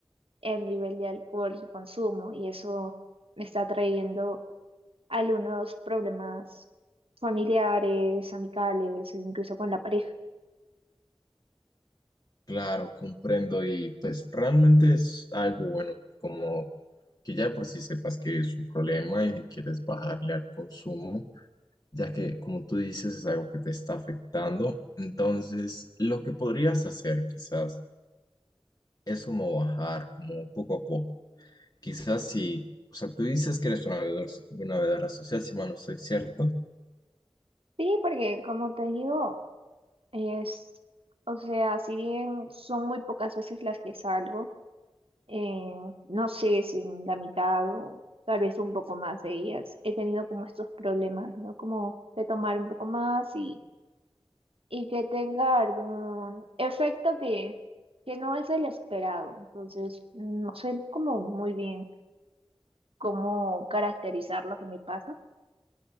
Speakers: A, on the right; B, on the left.
A: el nivel de alcohol que consumo y eso me está trayendo algunos problemas familiares, amicales, o incluso con la pareja.
B: Claro, comprendo y pues realmente es algo bueno, como que ya de por si sepas que es un problema y que quieres bajarle al consumo, ya que como tú dices es algo que te está afectando. Entonces, lo que podrías hacer quizás es como bajar como poco a poco. Quizás si, o sea, tú dices que eres una bebedora, una bebedora social, si mal no estoy cierto.
A: Sí, porque como te digo, es, o sea, si bien son muy pocas veces las que salgo, eh, no sé si en la mitad o tal vez un poco más de ellas, he tenido como estos problemas, ¿no? Como de tomar un poco más y, y que tenga algún efecto que, que no es el esperado. Entonces, no sé como muy bien cómo caracterizar lo que me pasa.